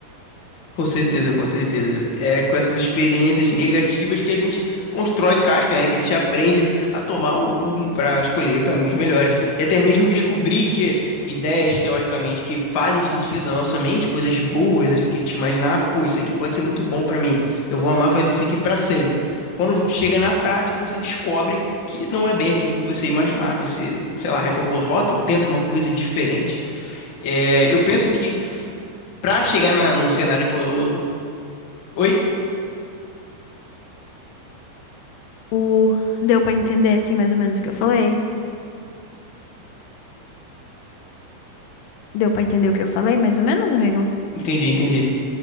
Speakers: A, on the left; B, on the left.
A: Com certeza, com certeza. É com essas experiências negativas que a gente constrói casca, né? Que a gente aprende a tomar o rumo para escolher caminhos melhores. E até mesmo descobrir que ideias, teoricamente, que fazem sentido na nossa mente, coisas boas, assim, que a gente imaginava, pô, isso aqui pode ser muito bom para mim. Eu vou amar fazer isso aqui para sempre. Quando chega na prática, você descobre que não é bem aquilo que você imaginava. Você, sei lá, recalcula a rota ou tenta uma coisa diferente. É, eu penso que. Pra chegar na- no cenário que. Alô, alô. Oi?
B: O... Deu pra entender, assim, mais ou menos o que eu falei? Deu pra entender o que eu falei, mais ou menos, amigo?
A: Entendi, entendi.